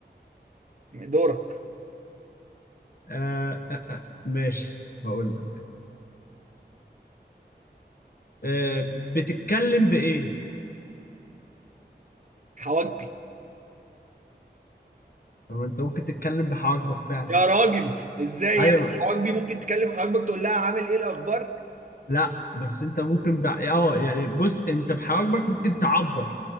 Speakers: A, on the right; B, on the left.
A: دورك
B: آه آه آه. ماشي هقول لك آه بتتكلم بإيه؟
A: حواجبي
B: طب ما أنت ممكن تتكلم بحواجبك فعلا
A: يا راجل ازاي
B: أيوه
A: يعني حواجبي ممكن تكلم حواجبك تقول لها عامل ايه الاخبار؟
B: لا بس أنت ممكن ب... أه يعني بص أنت بحواجبك ممكن تعبر